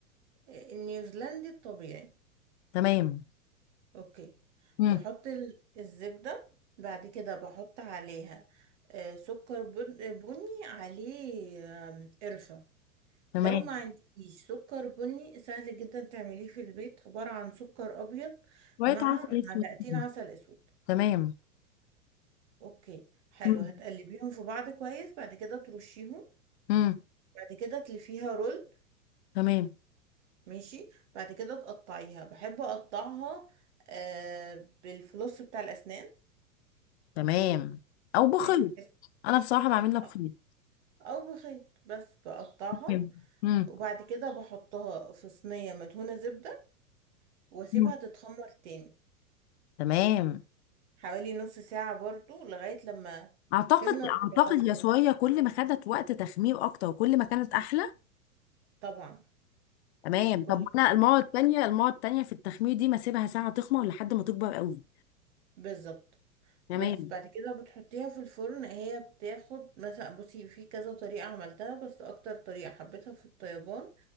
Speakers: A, on the right; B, on the left.
A: النيوزيلندي الطبيعي
B: تمام
A: اوكي
B: مم.
A: بحط ال- الزبدة بعد كده بحط عليها آه، سكر بن- بني عليه آم، قرفة
B: تمام
A: لو ما عندكيش سكر بني سهل جدا تعمليه في البيت عبارة عن سكر أبيض
B: شوية
A: مع
B: عسل
A: معلقتين
B: أسود كده.
A: عسل أسود
B: تمام
A: اوكي حلو
B: مم.
A: هتقلبيهم في بعض كويس بعد كده ترشيهم
B: مم.
A: بعد كده تلفيها رول
B: تمام
A: ماشي بعد كده تقطعيها بحب اقطعها آه بالفلوس بتاع الاسنان
B: تمام أو بخيط
A: ماشي بحيث
B: أنا بصراحة بعملها بخيط
A: آه، او بخيط بس بقطعها
B: تمام مم.
A: وبعد كده بحطها في صينية مدهونة زبدة واسيبها
B: مم.
A: تتخمر تاني
B: تمام
A: حوالي نص ساعة برضو لغاية لما
B: أعتقد
A: تملى الفراغات
B: أعتقد يا
A: منها
B: صويا كل ما خدت وقت تخمير أكتر وكل ما كانت أحلى
A: طبعا
B: تمام
A: يعني كل
B: طب أنا المرة التانية المرة التانية في التخمير دي ما أسيبها ساعة تخمر لحد ما تكبر قوي
A: بالظبط
B: تمام
A: بس بعد كده بتحطيها في الفرن هي بتاخد مثلا بصي في كذا طريقة عملتها بس أكتر طريقة حبيتها في الطيبان